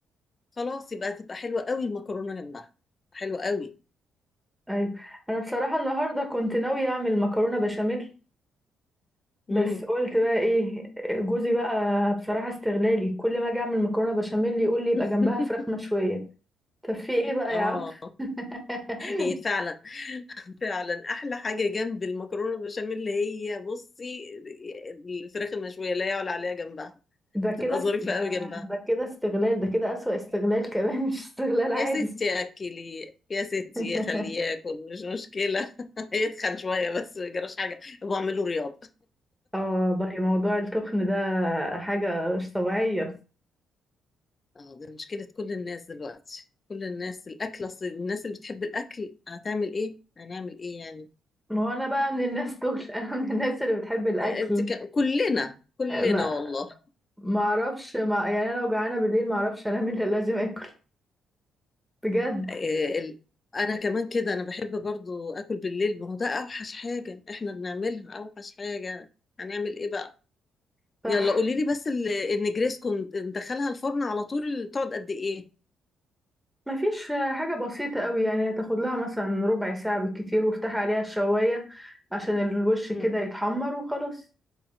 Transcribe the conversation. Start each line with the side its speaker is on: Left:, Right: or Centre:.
Left: خلاص يبقى تبقى حلوه قوي المكرونه جنبها حلوه قوي
Centre: ايوه انا بصراحه النهارده كنت ناويه اعمل مكرونه بشاميل بس
Left: مم.
Centre: قلت بقى ايه جوزي بقى بصراحة استغلالي كل ما اجي اعمل مكرونة بشاميل يقول لي يبقى
Left: <laughs>
Centre: جنبها فراخ مشوية طب في ايه بقى
Left: اه
Centre: يا عم <laughs>
Left: هي فعلا فعلا احلى حاجه جنب المكرونه البشاميل اللي هي بصي الفراخ المشويه لا يعلى عليها جنبها
Centre: ده
Left: بتبقى
Centre: كده است-
Left: ظريفه
Centre: ده
Left: قوي جنبها
Centre: ده كده استغلال ده كده أسوأ استغلال كمان مش استغلال عادي
Left: يا ستي اكلي يا ستي
Centre: <laughs>
Left: خليه ياكل مش مشكله <laughs> يتخن شويه بس ما يجراش حاجه بعمل له رياضه
Centre: اه والله موضوع التخن ده حاجة مش طبيعية
Left: اه ده مشكلة كل الناس دلوقتي كل الناس الأكل أصل الناس اللي بتحب الأكل هتعمل إيه؟ هنعمل إيه يعني؟
Centre: ما هو انا بقى من الناس دول <laughs> انا من الناس اللي بتحب الاكل
Left: آه، انت ك... كلنا كلنا
Centre: ما
Left: والله
Centre: ما اعرفش ما يعني انا لو جعانة بالليل ما اعرفش انام الا لازم اكل بجد
Left: آه، ال... أنا كمان كده أنا بحب برضو أكل بالليل ما هو ده أوحش حاجة إحنا بنعملها أوحش حاجة هنعمل إيه بقى؟
Centre: صح
Left: يلا قولي لي بس ال- النجريسكو ندخلها الفرن على طول تقعد قد إيه؟
Centre: مفيش حاجة بسيطة قوي يعني هتاخد لها مثلا ربع ساعة بالكتير وافتحي عليها الشواية عشان الوش
Left: مم.
Centre: كده يتحمر وخلاص